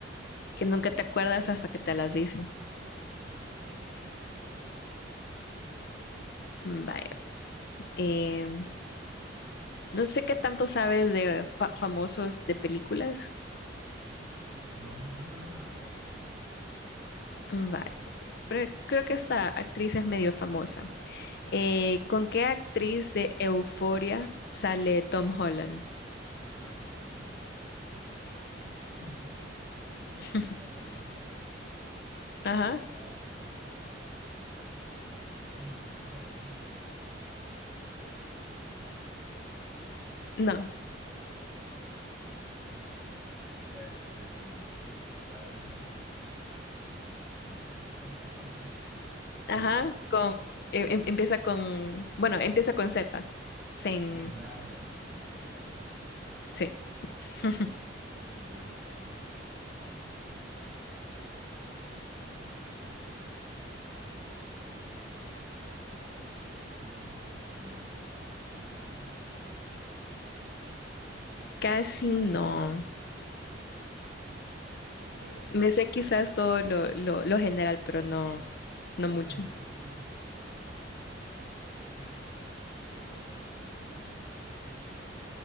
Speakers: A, on the left (about 60°); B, in the centre.
A: que nunca te acuerdas hasta que
B: Sí,
A: te las dicen.
B: hasta que te las dicen totalmente de acuerdo.
A: Mm, Vaya. Em, no sé qué tanto sabes de fa- famosos de películas.
B: No mucho, pero ah, hagámosle, no importa.
A: Mm, Vaya. Pero creo que esta actriz es medio famosa. Eh, ¿con qué actriz de Euforia sale Tom Holland?
B: Ah, con... <laughs> Sí,
A: <laughs>
B: La morenita.
A: Ajá.
B: Ay, ¿cómo es que se llama? Tiene como un nombre latino, ¿no? No.
A: No.
B: Uy, la morenita, ¿cómo es? Ah, es, eh, Sal, no sé qué. eh, <laughs> creo
A: Ajá.
B: que.
A: Con, em- em- empieza con, bueno, empieza con Z. Sin,
B: Zendaya, Zendaya, ya, sí.
A: sí.
B: Zen- Zendaya.
A: <laughs>
B: Es que nombre de latina. Listo. A ver. ciento cincuenta Bueno, deportes. ¿Te gusta el deporte o casi no?
A: Casi no.
B: Pero,
A: Me sé quizás todo lo, lo, lo general, pero no, no
B: esta,
A: mucho.
B: es- esta es súper general. ¿Qué selección ha ganado más copas mundiales de fútbol?